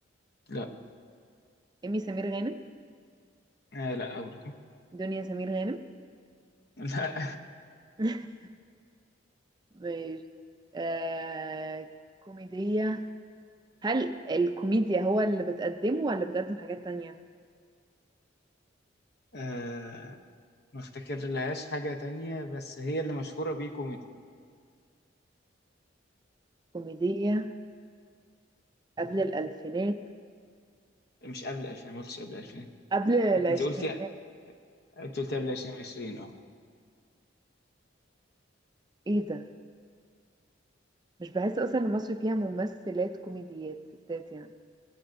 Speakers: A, on the left; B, on the right.
A: لا
B: إيمي سمير غانم
A: آه، لا برضه
B: دنيا سمير غانم
A: <laughs> لا
B: <laughs> مش آه كوميدية هل الكوميديا هو اللي بتقدمه ولا بتقدم حاجات تانية
A: آه، ما افتكر لهاش حاجة تانية بس هي اللي مشهورة بيه كوميدي
B: كوميدية قبل الألفينات
A: مش قبل 2000 ما قلتش قبل 2000
B: قبل العشرينات
A: انت انت قلتي انت قلتي قبل 2020 اه
B: ايه ده مش بحس اصلا ان مصر فيها ممثلات كوميديات ستات يعني